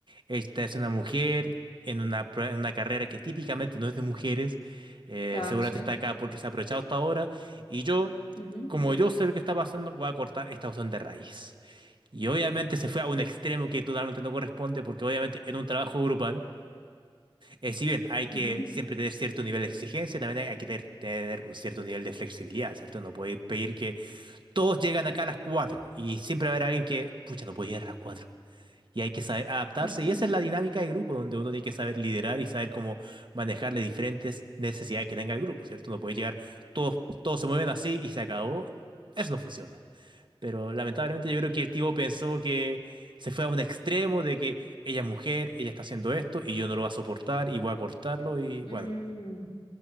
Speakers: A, on the right; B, on the left.
A: esta es una mujer en una, pro- en una carrera que típicamente no es de mujeres, eh,
B: Claro,
A: seguramente
B: sí.
A: está acá porque se ha aprovechado hasta ahora, y yo,
B: Ujú,
A: como yo sé lo que está pasando, voy a cortar esta cuestión de raíz. Y obviamente se fue a un extremo que totalmente no corresponde, porque obviamente en un trabajo grupal, eh, si bien hay que
B: ujú,
A: siempre tener cierto nivel de exigencia, también hay, hay que tener, tener un cierto nivel de flexibilidad, ¿cierto? No podéis pedir que todos llegan acá a las 4 y siempre va a haber alguien que, pucha, no puede llegar a las 4. Y hay que saber adaptarse
B: ujú.
A: y esa es la dinámica de grupo donde uno tiene que saber liderar y saber cómo manejar las diferentes necesidades que tenga el grupo, ¿cierto? No puede llegar, todos, todos se mueven así y se acabó. Eso no funciona. Pero lamentablemente yo creo que el tipo pensó que se fue a un extremo de que ella es mujer, ella está haciendo esto y yo no lo voy a soportar y voy a cortarlo y
B: Mm,
A: bueno.